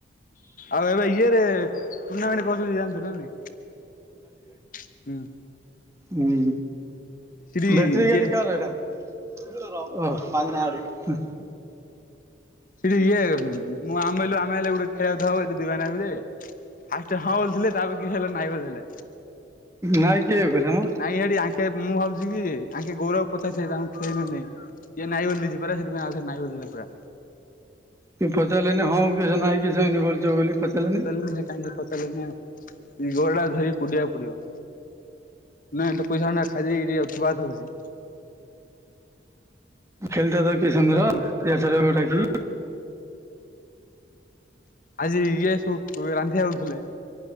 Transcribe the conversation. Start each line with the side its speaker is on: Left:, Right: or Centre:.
Left: ଆଉ ଏବେ ଇଏରେ ଟୁର୍ଣ୍ଣାମେଣ୍ଟ <unintelligible> ହଉଚି ଜାଣିଚ ନା ନାଇଁ? ହୁଁ।
Right: ଉଁ,
Left: ସେଠି
Right: ବେଟ୍ରି
Left: ଇଏ
Right: ଗାଡି କାହାର ଏଇଟା? ଓଃ, ହୁଁ।
Left: ସେଠି ଇଏ ମୁଁ ଆମେ ହେଲୁ ଆମେ ହେଲେ ଗୋଟେ ଖେଳିବାକୁ <unintelligible> ଫାଷ୍ଟ୍ ହଁ ବୋଲିଥିଲେ ତାପରେ କି ହେଲା ନାଇଁ ବୋଲିଦେଲେ।
Right: ନାଇଁ କିଏ କହିଲା ମ
Left: ନାଇଁ ହେଇଡି ଆଙ୍କେ ମୁଁ ଭାବୁଚି କି ଆଙ୍କେ ଗୌରବ ପତ୍ ସା ସେ ତାଙ୍କୁ ଖେଇନ ନେଇଁ ଇଏ ନାଇ ବୋଲି ଯିବାଟା ସେଥିପାଇଁ ଆଉଥରେ ନାଇ ବୋଲିଲା ପୁରା।
Right: କି ପଚାରଲନି ହଁ କି ସେ ନାଇଁ କି ସେମିତି ବୋଲଛ ବୋଲି ପଚାରଲନି।
Left: ପଚାରିଲେନି ସେ କାହିଁକି ସେ ପଚାରିଲେ ହଁ ଏଇ ଗୋଡ ଟା ଧରି କୁଡିବାକୁ ପଡିବ। ନାଇଁ ଏ ତ ପଇସାମାନା ଖାଇଦେଇ ଏଇଟି ଅ ଚୁଆଦ ହଉଚି।
Right: ଖେଳିଥାନ୍ତା କି ସମୀର ଏଆଛଡା ଗୋଟା କି?
Left: ଆଜି ଇଏ ସବୁ ରାନ୍ଧି ଆଉଥିଲେ।